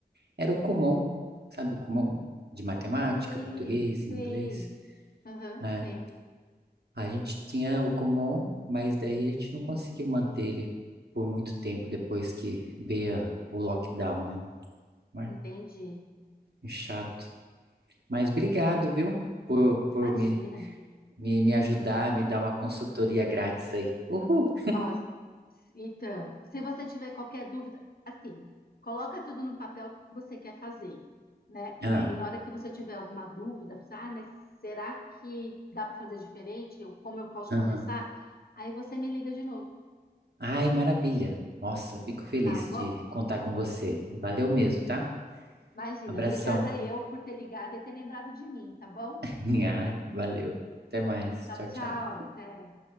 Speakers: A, on the right (about 75°); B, on the left (about 65°).
A: Era o Kumon, sabe, Kumon de matemática,
B: Sei,
A: português,
B: sei.
A: inglês,
B: Aham,
A: né?
B: sei.
A: A gente tinha o Kumon, mas daí a gente não conseguiu manter ele por muito tempo depois que veio a- o lockdown, né? Mas,
B: Entendi.
A: é chato. Mas obrigado,
B: É.
A: viu, por, por
B: Imagina.
A: me, me, me ajudar, me dar uma consultoria grátis aí. Uhul!
B: Ó, s- então, se você tiver qualquer dúvida, assim, coloca tudo no papel que você quer fazer, né? E
A: Ah,
B: aí, na hora que você tiver alguma dúvida, você, ah, mas será que dá para fazer diferente? Eu- Como eu posso
A: aham.
B: começar? Aí você me liga de novo,
A: Ai, maravilha. Nossa, fico feliz
B: tá bom?
A: de contar com você. Valeu mesmo, tá?
B: Imagina,
A: Abração.
B: obrigada eu por ter ligado e ter lembrado de mim, tá bom?
A: <laughs> Ai, valeu. Até mais.
B: Tchau,
A: Tchau,
B: tchau,
A: tchau.
B: até.